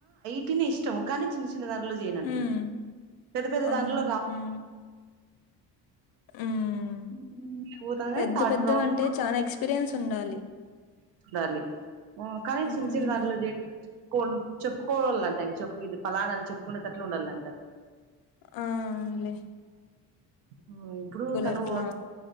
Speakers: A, on the right; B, on the left.
A: ఐ టీ నే ఇష్టము కానీ చిన్న చిన్న దాంట్లో చేయను అంటుంది
B: ఉమ్
A: పెద్ద పెద్ద
B: ఆహా
A: దాంలో రా
B: ఉమ్ ఉమ్
A: ఇంటర్వ్యూ పోతుంది కానీ
B: పెద్ద
A: థర్డ్
B: పెద్దవంటే
A: రౌండ్ లో
B: చానా ఎక్స్పీరియన్స్ ఉండాలి
A: డాలి కానీ
B: ఉమ్
A: చిన్న చిన్న దాంట్లో చే కొ చెప్పుకోవాలంట చెప్పు ఇది పలానాని చెప్పుకునేటట్లు ఉండాలంట అది
B: ఆ అవును లే
A: ఆ ఇప్పుడు తను
B: అట్లా